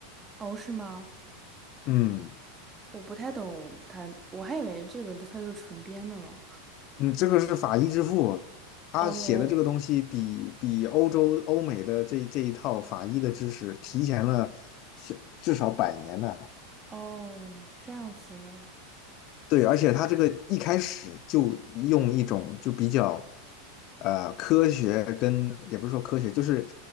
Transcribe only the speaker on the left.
嗯。
嗯，这个是法医之父，他写的这个东西比比欧洲欧美的这这一套法医的知识提前了小至少百年呢。
对，而且他这个一开始就用一种就比较，呃，科学跟也不是说科学，就是